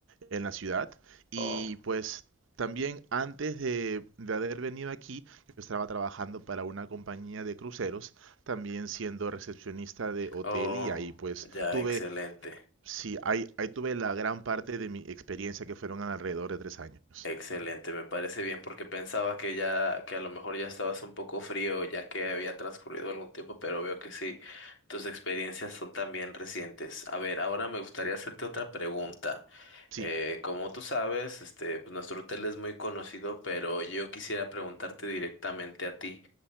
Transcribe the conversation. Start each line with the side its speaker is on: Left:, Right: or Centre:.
Right: en la ciudad. Y
Left: oh,
Right: pues también antes de, de haber venido aquí, yo estaba trabajando para una compañía de cruceros, también siendo recepcionista de hotel
Left: oh,
Right: y ahí pues
Left: ya,
Right: tuve,
Left: excelente.
Right: sí, ahí, ahí tuve la gran parte de mi experiencia que fueron alrededor de tres años.
Left: Excelente, me parece bien porque pensaba que ya, que a lo mejor ya estabas un poco frío ya que había transcurrido algún tiempo, pero veo que sí, tus experiencias son también recientes. A ver, ahora me gustaría hacerte otra pregunta.
Right: Sí.
Left: Eh, como tú sabes, este, pues nuestro hotel es muy conocido, pero yo quisiera preguntarte directamente a ti,